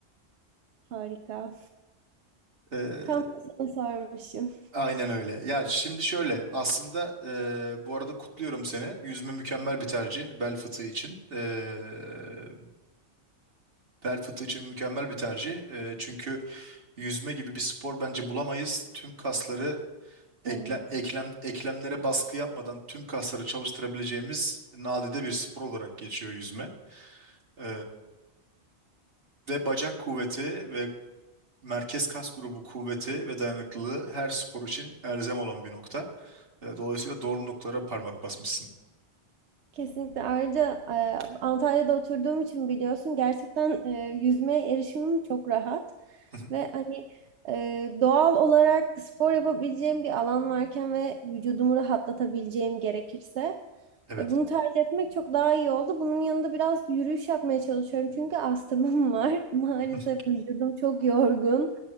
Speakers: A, on the right; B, on the right.
A: Harika.
B: Eee,
A: Tam da sana sormuşum.
B: aynen öyle. Ya şimdi şöyle aslında eee, bu arada kutluyorum seni. Yüzme mükemmel bir tercih bel fıtığı için. Eee, Bel fıtığı için mükemmel bir tercih. Ee, çünkü yüzme gibi bir spor bence bulamayız. Tüm kasları ekle,
A: Evet.
B: eklem, eklemlere baskı yapmadan tüm kasları çalıştırabileceğimiz nadide bir spor olarak geçiyor yüzme. Ee, ve bacak kuvveti ve merkez kas grubu kuvveti ve dayanıklılığı her spor için elzem olan bir nokta. Ee, dolayısıyla doğru noktalara parmak basmışsın.
A: Kesinlikle. Ayrıca e, Antalya'da oturduğum için biliyorsun gerçekten e, yüzmeye erişimim çok rahat.
B: <laughs> Hı hı.
A: Ve hani e, doğal olarak spor yapabileceğim bir alan varken ve vücudumu rahatlatabileceğim gerekirse
B: Evet.
A: e, bunu tercih etmek çok daha iyi oldu. Bunun yanında biraz yürüyüş yapmaya çalışıyorum çünkü astımım var. <laughs> Maalesef
B: <laughs>
A: vücudum çok yorgun.